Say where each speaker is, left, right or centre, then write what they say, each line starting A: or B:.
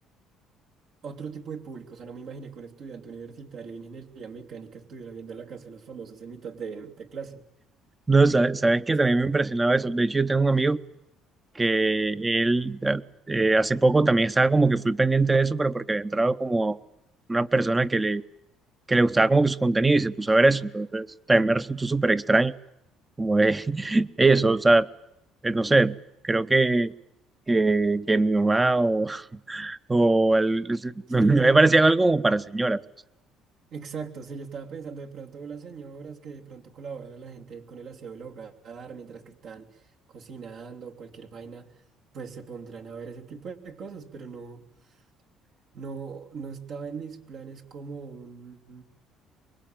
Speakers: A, on the right; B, on the right.
A: otro tipo de público. O sea, no me imaginé que un estudiante universitario de ingeniería mecánica estuviera viendo la casa de los famosos en mitad de, de clase.
B: No, sa- sabes que
A: O sea,
B: también me impresionaba eso. De hecho, yo tengo un amigo que él eh, hace poco también estaba como que full pendiente de eso, pero porque había entrado como una persona que le, que le gustaba como que su contenido y se puso a ver eso. Entonces también me resultó súper extraño, como de <laughs> eso, o sea, eh, no sé, creo que, que, que mi mamá o, o el- <laughs>
A: sí.
B: me parecía algo como para señora. entonces.
A: Exacto, sí, yo estaba pensando de pronto las señoras que de pronto colaboran a la gente con el aseo del hogar mientras que están cocinando, cualquier vaina, pues se pondrán a ver ese tipo de cosas, pero no, no, no estaba en mis planes como un,